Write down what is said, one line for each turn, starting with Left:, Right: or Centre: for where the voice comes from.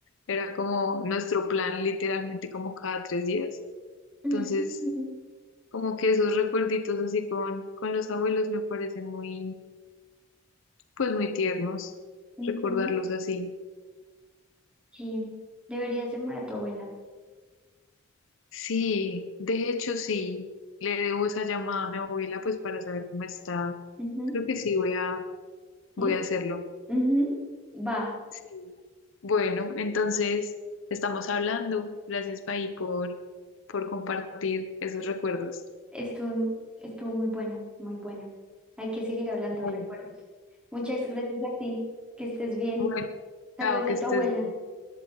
Left: Era como nuestro plan, literalmente, como cada tres días.
Centre: <laughs>
Left: Entonces, como que esos recuerditos así con, con los abuelos me parecen muy pues muy tiernos
Centre: Ujú.
Left: recordarlos así.
Centre: Sí, deberías llamar a tu abuela.
Left: Sí, de hecho sí, le debo esa llamada a mi abuela pues para saber cómo está.
Centre: Ujú.
Left: Creo que sí voy a
Centre: ¿Listo?
Left: voy a hacerlo.
Centre: Ujú. Va.
Left: Sí. Bueno, entonces estamos hablando. Gracias, Pai, por por compartir esos recuerdos.
Centre: Estuvo, estuvo muy bueno, muy bueno. Hay que seguir hablando
Left: Bueno,
Centre: de recuerdos. Muchas gracias a ti. Que estés bien.
Left: bueno,
Centre: Saludos
Left: chao, que
Centre: a
Left: estés
Centre: tu abuela.
Left: bien.